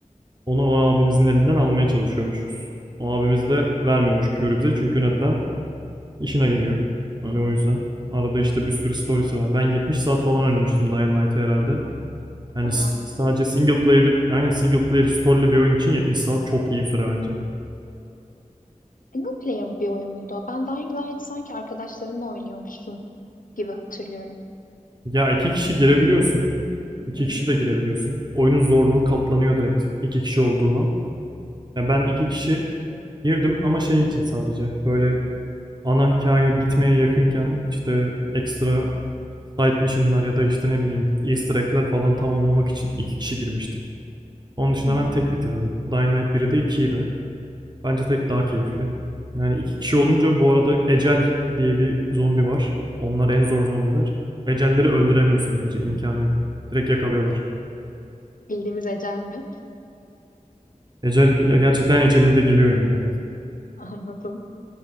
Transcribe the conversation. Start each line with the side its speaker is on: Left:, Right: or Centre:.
Right: Onu o abimizin elinden almaya çalışıyormuşuz. O abimiz de vermiyormuş cure'ü bize. Çünkü neden? İşine geliyor. Öyle o yüzden. Arada işte bir sürü storiesi var. Ben 70 saat falan oynamıştım Dying Light'ı herhalde. Yani
Left: Aa,
Right: sadece single player, aynen single player story'li bir oyun için 70 saat çok iyi bir süre bence.
Left: single player bir oyun muydu o? Ben Dying Light sanki arkadaşlarınla oynuyormuşsun gibi hatırlıyorum.
Right: Ya iki kişi girebiliyorsun. İki
Left: Hı hı.
Right: kişi de girebiliyorsun. Oyunun zorluğu katlanıyor direkt iki kişi olduğundan. Ya ben iki kişi girdim ama şey için sadece böyle ana hikaye bitmeye yakınken işte ekstra side mission'lar ya da işte ne bileyim easter egg'ler falan tamamlamak için iki kişi girmiştik. Onun dışında
Left: Hmm.
Right: ben tek bitirdim. Dying Light biri de ikiyi de. Bence tek daha keyifli. Yani iki kişi olunca bu arada Ecel diye bir zombi var. Onlar en zor zombiler. Ecelleri öldüremiyorsun gece. imkanı yok. Direkt yakalıyorlar.
Left: Bildiğimiz ecel mi?
Right: Ecel ya gerçekten ecelinde geliyor yani.
Left: <laughs> Anladım.